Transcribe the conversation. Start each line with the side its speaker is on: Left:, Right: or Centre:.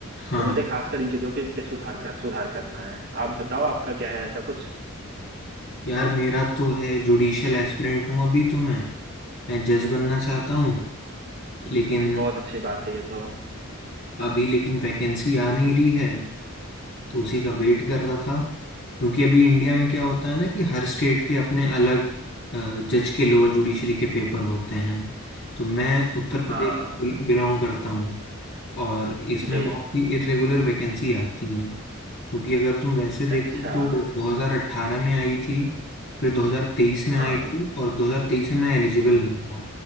Left: हाँ
Right: तो मुझे खासकर इन चीजों के पे सुधार कर सुधार करना है आप बताओ आपका क्या है ऐसा कुछ
Left: यार मेरा तो है जुडिशियल एस्पिरेंट हूँ अभी तो मैं मैं जज बनना चाहता हूँ लेकिन
Right: बहुत अच्छी बात है ये तो
Left: अभी लेकिन वैकेंसी आ नहीं रही है तो उसी का वेट कर रहा था क्योंकि अभी इंडिया में क्या होता है ना कि हर स्टेट के अपने अलग जज के लोअर जुडिशरी के पेपर होते हैं तो मैं उत्तर प्रदेश
Right: हाँ
Left: बिलोंग करता हूँ और इसमें
Right: जी
Left: बहुत ही इरेगुलर वैकेंसी आती हैं क्योंकि अगर तुम वैसे देखो
Right: अच्छा
Left: तो 2018 में आई थी फिर 2023 में
Right: हाँ
Left: आई थी और 2023 में मैं एलिजिबल
Right: हम्म
Left: नहीं था